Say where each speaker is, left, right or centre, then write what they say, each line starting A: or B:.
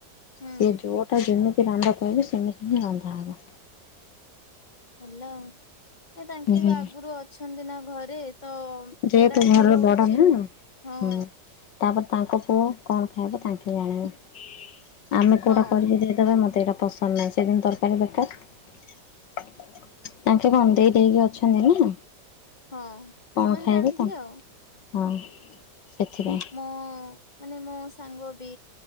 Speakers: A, on the left; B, on the left.
A: ହୁଁ
B: ସେ ଯଉଟା ଯେମିତି ରାନ୍ଧ କଇବୁ ସେମିତି ହିଁ ରନ୍ଧା ହବ।
A: ହାଲୋ ଏ ତାଙ୍କେ
B: ହୁଁ।
A: ବି ଆଗୁରୁ ଅଛନ୍ତି ନା ଘରେ। ତ
B: ଯେହେତୁ
A: ସେଇଟା
B: ଘରର
A: ହିଁ ରହୁଚି
B: ବଡ ନା
A: ହଁ।
B: ହୁଁ। ତାପରେ ତାଙ୍କ ପୁଅ କଣ ଖାଇବେ ତାଙ୍କେ ଜାଣିବେ ଆମେ କୋଉଟା
A: ହଁ
B: କରିପାରିବା କଇବେ ମତେ ଏଇରା ପସନ୍ଦ <unintelligible> ତରକାରୀ ଦରକାର ତାଙ୍କେ କନ୍ଦେଇ ଦେଇକି ଅଛନ୍ତି ନା।
A: ହଁ।
B: କଣ
A: ସେମାନେ
B: ଖାଇବେ
A: ଜାଣିଥିବେ
B: ତା
A: ଆଉ
B: ହଁ ସେଥିପାଇଁ
A: ମୁଁ ମାନେ ମୋ ସାଙ୍ଗ ବି